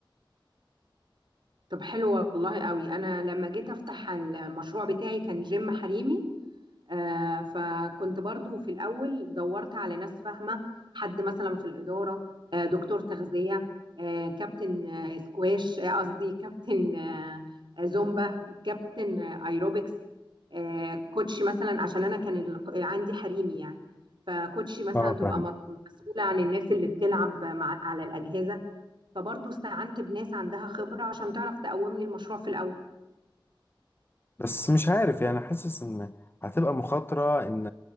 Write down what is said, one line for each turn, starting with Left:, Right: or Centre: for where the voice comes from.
Right: طب حلو والله قوي أنا لما جيت أفتح المشروع بتاعي كان جيم حريمي آه، فكنت برضو في الأول دورت على ناس فاهمة حد مثلا في الإدارة آه، دكتور تغذية آه، كابتن آه، سكواش آه، قصدي كابتن آه، آه، زومبا كابتن آه، ايروبكس آه، كوتشي مثلا عشان انا كان ال- عندي حريمي يعني فكوتشي مثلا
Left: اه
Right: تبقى
Left: فاهم
Right: مط- مسؤولة عن الناس اللي بتلعب مع على الأجهزة فبرضو استعنت بناس عندها خبرة عشان تعرف تقومني المشروع في الأول
Left: بس مش عارف يعني حاسس ان هتبقى مخاطره ان